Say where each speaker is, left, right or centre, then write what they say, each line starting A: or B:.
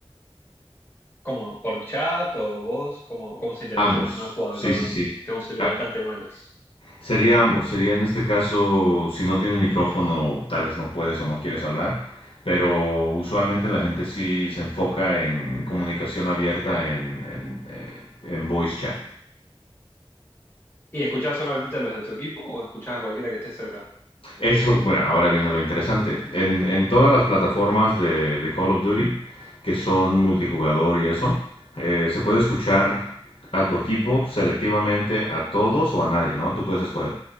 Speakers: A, on the left (about 20°); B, on the left (about 70°).
A: ¿Cómo? ¿Por chat o vos? ¿Cómo, cómo se interacciona?
B: Ambos.
A: No he jugado
B: Sí,
A: de Call
B: sí,
A: of Duty.
B: sí.
A: Tengo un celular
B: Ah,
A: bastante malos.
B: Sería ambos, sería en este caso, si no tienes micrófono, tal vez no puedes o no quieres hablar, pero usualmente la gente sí se enfoca en comunicación abierta en, en, eh, en voice chat.
A: ¿Y escuchás solamente a los de tu equipo o escuchás a cualquiera que esté cerca?
B: Eso, bueno, ahora viene lo interesante. En, en todas las plataformas de, de Call of Duty, que son multijugador y eso, eh, se puede escuchar a tu equipo selectivamente, a todos o a nadie, ¿no? Tú puedes escoger.